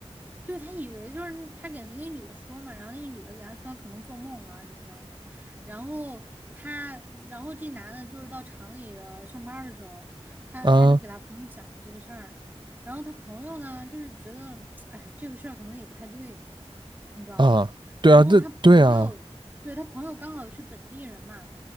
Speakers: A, on the right; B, on the right.
A: 对，他以为就是他给那个女的说嘛，然后那个女的给他说他可能做梦了什么的。然后他，然后这男的就是到厂里的上班的时候，他他就给他朋友讲了这个事儿。
B: 啊
A: 然后他朋友呢，就是觉得，哎，这个事儿可能也不太对，你知道吗？
B: 啊，对啊，
A: 然后他朋友，
B: 这对啊，
A: 对，他朋友刚好是本地人嘛，